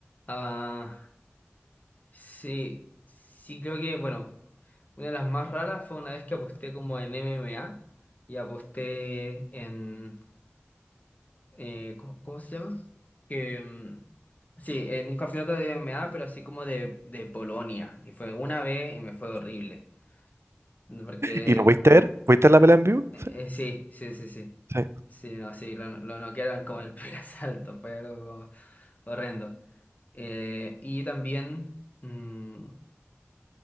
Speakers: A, on the left (about 40°); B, on the right (about 80°).
A: Ah, sí, sí creo que, bueno, una de las más raras fue una vez que aposté como en MMA y aposté en... eh, ¿cómo, cómo se llama? Que, mm, sí, en un campeonato de MMA, pero así como de, de Polonia. Y fue una vez y me fue horrible. Mm, Porque,
B: ¿Y lo pudiste
A: uh,
B: ver? ¿Pudiste ver la pelea en vivo?
A: eh,
B: Sí.
A: sí, sí, sí, sí.
B: Sí.
A: Sí, no, sí, lo, lo noquearon como el primer <laughs> asalto. Fue algo horrendo. Eh, y también... mm,